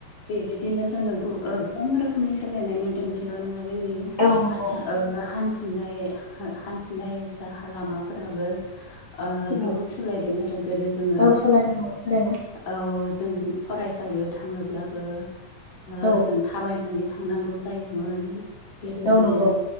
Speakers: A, on the left; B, on the left.
A: बेबायदिनो जोङो गु ओ गोबां रोखोमनि सोलायनाय नुदों बेल' नङा जोंनि
B: औ नंगौ
A: आथा ओ हान्थिनाय हान्थिनाय राहा लामाफोराबो ओ
B: औ
A: गोबां सोलायदों आरो गोदो जोङो
B: औ सालायदों नंगौ थारैनो
A: औ जों फरायसालियाव थाङोब्लाबो ओ
B: औ
A: जों थाबायनानै थांनांगौ जायोमोन बेबायदिनो
B: औ नंगौ